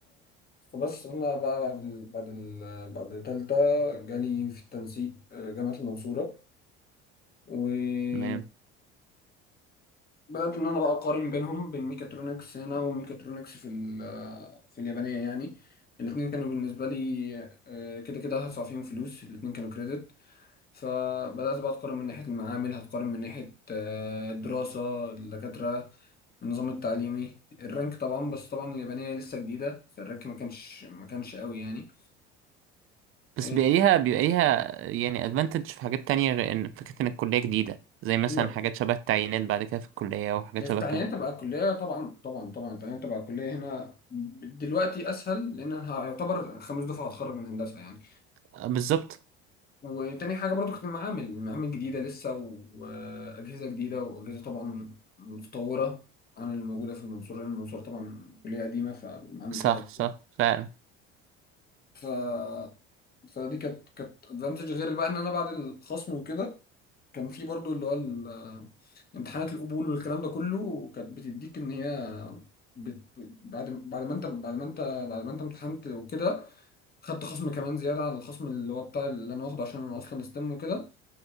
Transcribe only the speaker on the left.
فبس انا بقى بعد ال... بعد ال... بعد تالتة جالي في التنسيق آه، جامعه المنصوره و
بدات ان انا بقى اقارن بينهم بين ميكاترونكس هنا وميكاترونكس في ال... في اليابانيه يعني الاثنين كانوا بالنسبه لي آه، كده كده هدفع فيهم فلوس الاثنين كانوا كريدت فبدأت بقى أتقارن من ناحية المعامل هتقارن من ناحية آه، الدراسة الدكاترة النظام التعليمي الرانك طبعا بس طبعا اليابانية لسه جديدة فالرانك ما كانش ما كانش قوي يعني
إيه،
ايوه
يعني
في التعيين
تبع الكلية طبعا طبعا طبعا التعيين تبع الكلية هنا دلوقتي أسهل لأن أنا هيعتبر خمس دفعة هتخرج من هندسة يعني
وتاني حاجة برضو كانت المعامل المعامل جديدة لسه وأجهزة جديدة وأجهزة طبعا متطورة عن اللي موجودة في المنصورة لأن المنصورة طبعا كلية قديمة فالمعامل
فيها جديدة
ف... فدي كانت كانت ادفانتج غير بقى إن أنا بعد الخصم وكده كان في برضو اللي هو ال- امتحانات القبول والكلام ده كله كانت بتديك إن هي بت... بعد بعد ما أنت بعد ما أنت بعد ما أنت امتحنت وكده خدت خصم كمان زيادة على الخصم اللي هو بتاع اللي أنا واخده عشان أنا أصلا استم وكده